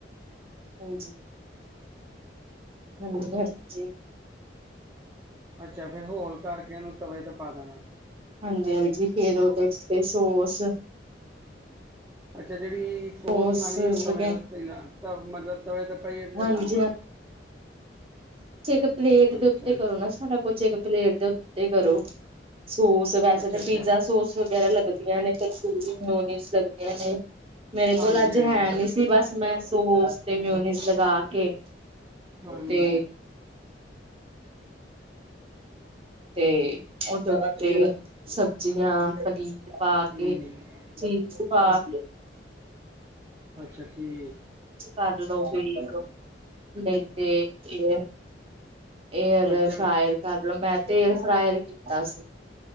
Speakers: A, on the right; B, on the right.
A: ਹਾਂਜੀ ਹਾਂਜੀ ਹਾਂਜੀ
B: ਅੱਛਾ ਫਿਰ ਹੋਲ ਕਰਕੇ ਉਹਨੂੰ ਤਵੇ ਤੇ ਪਾ ਦੇਣਾ
A: ਹਾਂਜੀ ਹਾਂਜੀ ਫਿਰ ਉਹ ਦੇਤੇ ਸੋਸ
B: ਅੱਛਾ ਜਿਹੜੀ ਸੋਸ
A: ਵਗੈ
B: ਲਾਣੀ ਉਹ ਤਵੇ ਰਸ ਤ ਮਤਲਬ ਤਵੇ ਭਾਈ ਇਧਰ
A: ਹਾਂਜੀ
B: ਲਾਣੀ
A: ਇੱਕ ਪਲੇਟ
B: ਅੱਛਾ,
A: ਦੇ ਉੱਤੇ
B: ਅੱਛਾ,
A: ਕਰੋ ਨਾ ਸਾਰਾ ਕੁਛ ਇੱਕ ਪਲੇਟ ਦੇ ਉੱਤੇ ਕਰੋ ਸੋਸ ਵੈਸੇ
B: ਅੱਛਾ
A: ਤਾਂ
B: ਅੱਛਾ
A: ਪੀਜ਼ਾ ਸੋਸ ਵਗੈਰਾ ਲੱਗਦੀਆਂ ਨੇ ਤੰਦੂਰੀ ਨੋਨ ਲੱਗਦੀਆਂ ਨੇ ਮੇਰੇ
B: ਹਾਂਜੀ,
A: ਕੋਲ ਅੱਜ
B: ਹਾਂਜੀ,
A: ਹੈ ਨੀ ਸੀ ਬਸ ਮੈਂ ਸੋਸ ਤੇ ਮਿਊਨੀ ਲਗਾ ਕੇ
B: ਹਾਂਜੀ
A: ਤੇ ਤੇ ਉਹ ਜਗਾ ਤੇ ਸਬਜ਼ੀਆਂ ਪਨੀਰ ਪਾ
B: ਹੂੰ
A: ਕੇ ਚੀਜ਼ ਹਾਂ
B: ਅੱਛਾ ਠੀਕ
A: ਕਰ ਲਓ ਤੇ ਇੱਕ ਦੇਖ ਕੇ ਏਅਰ
B: ਅੱਛਾ।
A: ਫਰਾਇਰ ਕਰਲੋ ਮੈਂ ਤੇਲ ਫਰਾਇਰ ਕੀਤਾ ਸੀ